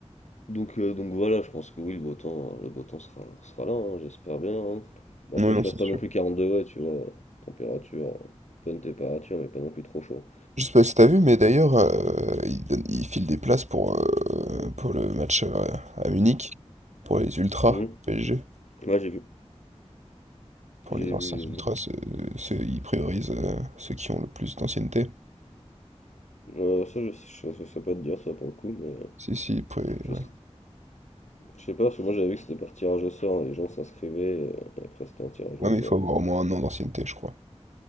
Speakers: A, on the left; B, on the right.
A: Donc, heu, donc voilà, je pense que oui, le beau temps, le beau temps sera sera là, hein, j'espère bien, hein. Bon
B: Oui,
A: après
B: non,
A: qu'il
B: c'est
A: fasse pas
B: sûr.
A: non plus 40 degrés, tu vois? Température, bonne température, mais pas non plus trop chaud.
B: Je sais pas si t'as vu, mais d'ailleurs, euh, il, donne- il file des places pour, euh, pour le match euh, à Munich, pour les ultras
A: Mmh
B: PSG.
A: Ouais, j'ai vu,
B: Pour
A: j'ai
B: les anciens
A: vu, j'ai vu.
B: ultras, ceux, ceux- ils priorisent euh, ceux qui ont le plus d'ancienneté.
A: Heu, ça je sais je saurais pas te dire ça pour le coup, mais euh,
B: Si, si, ils pri- ouais.
A: je sais je sais pas, parce que moi j'avais vu que c'était par tirage au sort, les gens s'inscrivaient, heu, et après c'était un tirage
B: Ouais,
A: au
B: mais
A: sort,
B: il faut avoir
A: donc
B: au moins
A: heu
B: un an d'ancienneté, je crois.